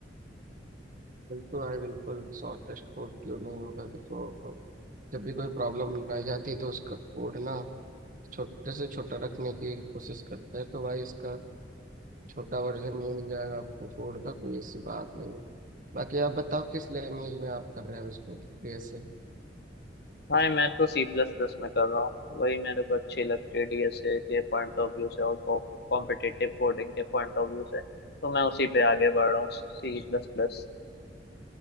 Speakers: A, on the right; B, on the left.
A: बिल्कुल भाई बिल्कुल शॉर्टेस्ट कोड क्यों नहीं होगा देखो जब भी कोई प्रॉब्लम बनाई जाती है तो उसका कोड ना छोटे से छोटा रखने की कोशिश करते हैं तो भाई इसका छोटा वर्जन ये मिल जाएगा आपको कोड का कोई ऐसी बात नहीं है। बाकी आप बताओ किस लैंग्वेज में आप कर रहे हो उसको बीएसए
B: भाई मैं तो सी प्लस प्लस में कर रहा हूँ वही मेरे को अच्छी लगती है डीएसए के पॉइंट ऑफ व्यू से और कॉम्पिटिटिव कोडिंग के पॉइंट ऑफ व्यू से तो मैं उसी पे आगे बढ़ रहा हूँ सी प्लस प्लस